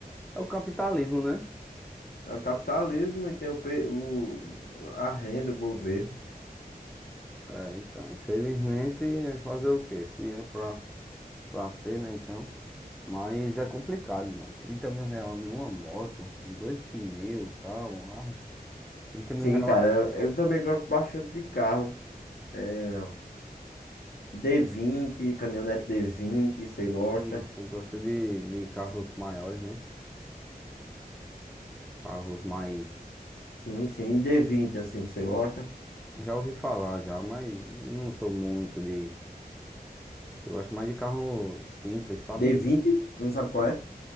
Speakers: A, in the centre; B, on the left.
A: É o capitalismo, né?
B: É o capitalismo e tem o, pe- o, a renda, o governo.
A: É, então, infelizmente, é fazer o quê? Se é pra, pra ser, né, então. Mas é complicado, mano. trinta mil reais numa moto, com dois pneus e tal. Ah, 30 mil
B: Sim,
A: reais.
B: cara, eu, eu também gosto bastante de carro. É, d vinte caminhonete d vinte você gosta?
A: Hum, tu gosta de, de carros maiores, né? Carros mais.
B: Sim, sim, e d vinte assim, você gosta?
A: Já ouvi falar já, mas não sou muito de. Eu gosto mais de carro simples, sabe?
B: d vinte Tu não sabe qual é?